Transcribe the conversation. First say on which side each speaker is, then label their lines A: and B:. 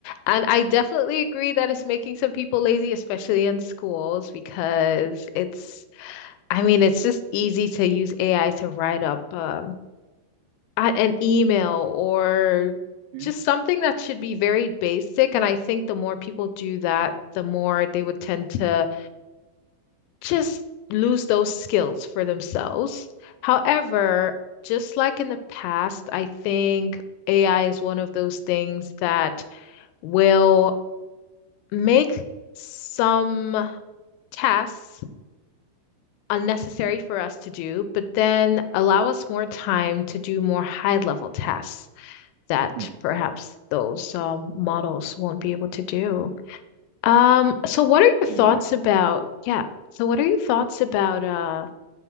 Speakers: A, on the left; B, on the right.
A: And I definitely agree that it's making some people lazy, especially in schools, because it's, I mean, it's just easy to use AI to write up um, a- an email or
B: Hmm?
A: just something that should be very basic. And I think the more people do that, the more they would tend to just lose those skills for themselves. However, just like in the past, I think AI is one of those things that will make some tasks unnecessary for us to do, but then allow us more time to do more high-level tasks that
B: Hmm.
A: perhaps those um, models won't be able to do. Um, so what are your
B: Yeah.
A: thoughts about, yeah, so what are your thoughts about uh